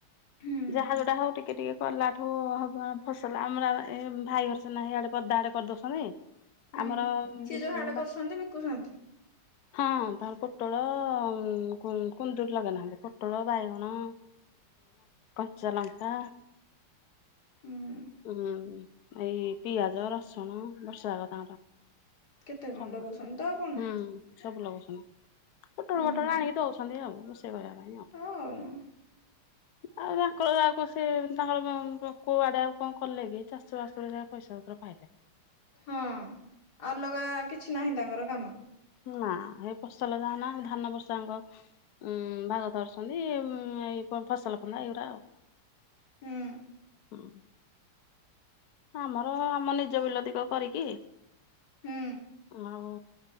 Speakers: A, on the left (about 45°); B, on the left (about 70°).
A: ହୁଁ
B: ଯାହା ଯୋଉଟା ହଉ ଟିକେ ଟିକେ କଲା ଠୁ ହବ ଫସଲ ଆମର ଏ ଭାଇ ଘର ସିନା ହେଇଆଡେ ପଦା ଆଡେ କରିଦଉଛନ୍ତି।
A: ହୁଁ
B: ଆମର
A: ସିଏ ଯୋଉ ହାଡେ କରୁଛନ୍ତି
B: ବା
A: ବିକୁଛନ୍ତି
B: ହଁ ତାର ପୋଟଳ କୁନ୍ଦୁରି ଲଗେଇ ନାହାନ୍ତି ପୋଟଳ ବାଇଗଣ କଞ୍ଚା ଲଙ୍କା।
A: ହୁଁ
B: ଉଁ ଏଇ ପିଆଜ ରସୁଣ ବର୍ଷ ଯାକ ତାଙ୍କର
A: କେତେ କଣ
B: ସବୁ
A: ଲଗଉଛନ୍ତି ତ ଆଉ କଣ
B: ହୁଁ ସବୁ ଲଗଉଛନ୍ତି ପୋଟଳ
A: ହୁଁ
B: ପୋଟଳ ଆଣିକି ଦଉଛନ୍ତି ଆଉ। <inaudible> କରିବା ପାଇଁ ଆଉ।
A: ହଉ <inaudible>
B: ଆଉ ତାଙ୍କର ଯାହାକୁ ସେ ତାଙ୍କର କୋଉଆଡେ ଆଉ କଣ କଲେ କି ଚାଷ ବାସରେ ଯ ପଇସା ପତ୍ର ପାଇଲେ
A: ହଁ ଅଲଗା କିଛି ନାହିଁ ତାଙ୍କର କାମ
B: ନା ଏ ଫସଲ ଯାହା ନା ଧାନ ବର୍ଷାଙ୍କ ଉଁ ଭାଗ ଧରୁଛନ୍ତି ଏଇ ଫସଲ ଫନ୍ଦା ଏଇଗୁଡ଼ା ଆଉ
A: ହୁଁ
B: ହଁ ଆମର ଆମ ନିଜ ବିଲତିକ କରିକି
A: ହୁଁ
B: ଆଉ